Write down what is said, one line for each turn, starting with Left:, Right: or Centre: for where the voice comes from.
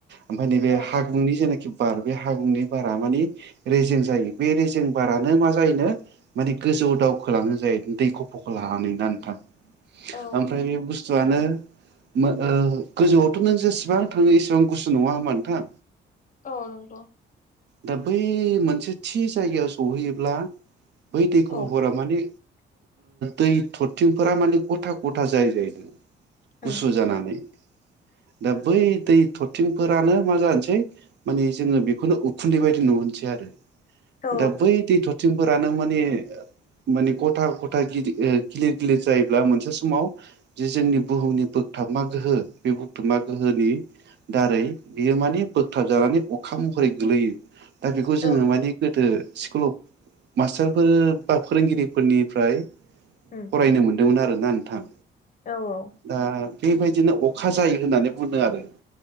Right: ओमफ्राय नैबे
Left: औ
Right: हागुंनि जेनाखि बार बे हागुंनि बारा मान रेजें जायो बे रेजें बारानो मा जायोनो माने गोजौ दावखोलांनो जायो दैखौ फ ख लानानै दानथां
Left: औ
Right: ओमफ्राय बे बुस्थु गुसुआनो गोजौआवथ' नों जेसेबां थाङो एसेबां गुसु नङा होमबा नोंथां
Left: औ नंगौ
Right: दा बै मोनसे थि जायगायाव सहैयोब्ला बै दैखौ
Left: औ
Right: हरा माने दै थरथिंफोरा माने गथा गथा जायो जाहैदों
Left: उम
Right: गुसु जानानै दा बै दै थरथिंफोरानो मा जानोसै माने जोङो बेखौनो उखुन्दै बायदि नुहोसै आरो
Left: औ
Right: दा बै दैथ बिथिंफोरानो माने माने गथा गथा गिदिर गिलिर गिलिर जायोब्ला मोनसे समाव जे जोंनि बुहुमनि
Left: औ
Right: बोगथाबा गोहो बे बुथुमा गोहोनि दारै बियो माने बोगथाब जानानै अखा महरै गोलैयो दा बेखौ जोङो
Left: औ
Right: माने गोदो स्कुलावफ मास्टारफोर बा फोरोंगिरिफोरनिफ्राय
Left: उम
Right: फरायनो मोनो दोंमोन आरोना नोंथां
Left: औ औ
Right: दा बेबायदिनो अखा जायो होननानै बुंदों आरो